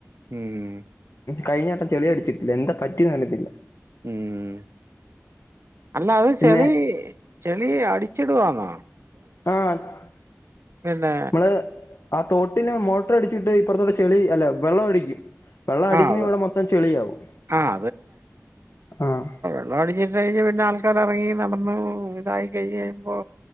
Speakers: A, on the right; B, on the left.
A: ഉം
B: കഴിഞ്ഞട്ടം ചെളിയ അടിച്ചിട്ടില്ല എന്താ പറ്റിന്ന് അറിയത്തില്ല
A: ഉം അല്ലാത്
B: പിന്നെ
A: ചളി ചളി അടിച്ചിടുവാന്നോ
B: ആഹ് നമ്മള്
A: പിന്നെ
B: ആഹ് തോട്ടിന് മോട്ടർ അടിച്ചിട്ട് ഇപ്പുറത്തോടെ ചെളി അല്ല വെള്ളം അടിക്കും വെള്ളം അടിക്കുമ്പോ
A: ആഹ് വെ
B: ഇവിടെ മൊത്തം ചെളിയവും
A: ആഹ്
B: ആഹ്
A: പിള്ള അടിച്ചിട്ട് കഴിഞ്ഞ് പിന്നെ ആൾക്കാരിറങ്ങി നടന്നു ഇതായി കഴിഞ്ഞ് കഴിഞ്ഞപ്പോ